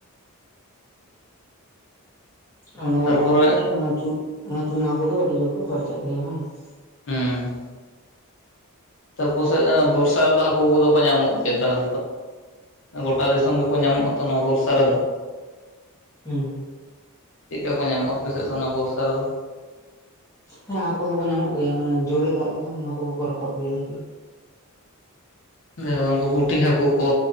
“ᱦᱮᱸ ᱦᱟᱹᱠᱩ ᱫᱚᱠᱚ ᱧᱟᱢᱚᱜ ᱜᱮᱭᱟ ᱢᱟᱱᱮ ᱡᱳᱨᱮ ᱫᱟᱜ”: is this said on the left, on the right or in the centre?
Left